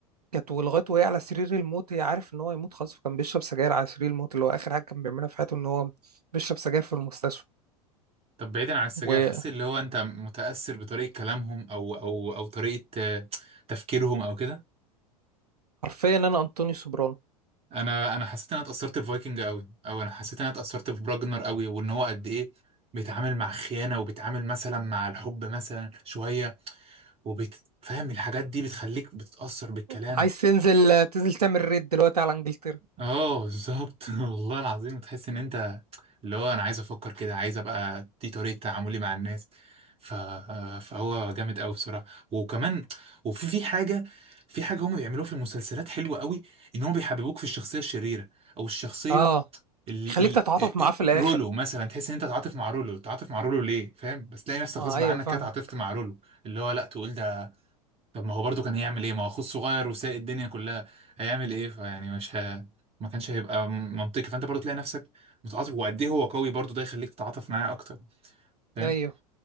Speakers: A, on the right (about 85°); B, on the right (about 30°).
A: كانت ولغايه وهي على سرير الموت هي عارف ان هو يموت خلاص فكان بيشرب سجاير على سرير الموت اللي هو اخر حاجه كان بيعملها في حياته ان هو بيشرب سجاير في المستشفى
B: طب بعيدا عن السجاير
A: وحرفيا
B: حسيت اللي هو انت متأثر بطريقة كلامهم او او او طريقة آه، تفكيرهم او كده
A: انا انطوني سوبرانو
B: انا انا حسيت ان انا اتاثرت بفايكنج قوي او انا حسيت ان انا اتاثرت براجنر قوي وان هو قد ايه بيتعامل مع خيانه وبيتعامل مثلا مع الحب مثلا شويه وبتفهم الحاجات دي بتخليك بتتاثر بالكلام
A: عايز تنزل تنزل تعمل ريد دلوقتي على انجلترا
B: اه بالظبط <laughs> والله العظيم تحس ان انت اللي هو انا عايز افكر كده عايز ابقى دي طريقه تعاملي مع الناس ف... فهو جامد قوي بصراحه وكمان وفي في حاجه في حاجه هم بيعملوها في المسلسلات حلوه قوي ان هم بيحببوك في الشخصيه الشريره او الشخصيه
A: اه
B: ال
A: يخليك
B: ال
A: تتعاطف معاه في الاخر
B: رولو مثلا تحس ان انت تعاطف مع رولو تعاطف مع رولو ليه فاهم بس تلاقي نفسك
A: اه
B: غصب
A: ايوه
B: عنك
A: فاهمك
B: كده تعاطفت مع رولو اللي هو لا تقول ده طب ما هو برضه كان هيعمل ايه ما هو اخوه الصغير وسايق الدنيا كلها هيعمل ايه فيعني مش ه... ما كانش هيبقى منطقي فانت برضه تلاقي نفسك متعاطف وقد ايه هو قوي برضه ده يخليك تتعاطف معاه اكتر فاهم
A: ايوه